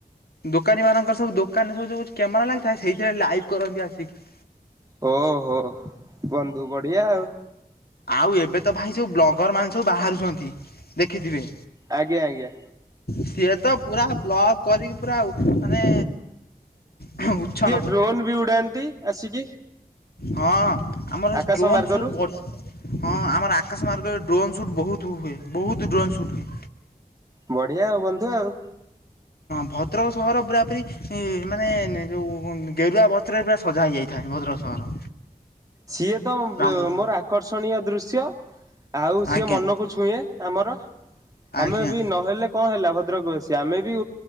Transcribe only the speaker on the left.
ଦୋକାନୀ ମାନଙ୍କର ସବୁ ଦୋକାନରେ ସବୁ ଯୋଉ କ୍ୟାମେରା ଲାଗିଥାଏ ସେଇଥିରେ ଲାଇଭ୍ କରନ୍ତି ଆସିକି।
ଆଉ ଏବେ ତ ଭାଇ ସବୁ ବ୍ଲଗର ମାନେ ସବୁ ବାହାରୁଛନ୍ତି ଦେଖିଥିବେ।
ସିଏ ତ ପୁରା ବ୍ଲଗ୍ କରିକି ପୁରା ମାନେ <unintelligible>
ହଁ ଆମର
ଡ୍ରୋନ୍
ସୁଟ୍ ବଢି଼ ହଁ ଆମର ଆକାଶ ମାର୍ଗରେ ଡ୍ରୋନ୍ ସୁଟ୍ ବହୁତ୍ ହୁଏ ବହୁତ୍ ଡ୍ରୋନ୍ ସୁଟ୍ ହୁଏ।
ଭଦ୍ରକ ସହର ପୁରା ପୁରି ମାନେ ଯୋଉ ଗେରୁଆ ବସ୍ତ୍ରରେ ପୁରା ସଜା ହେଇଯାଇଥାଏ ଭଦ୍ରକ ସହର।
ରାମ
ରାମ
ଆଜ୍ଞା
ଆଜ୍ଞା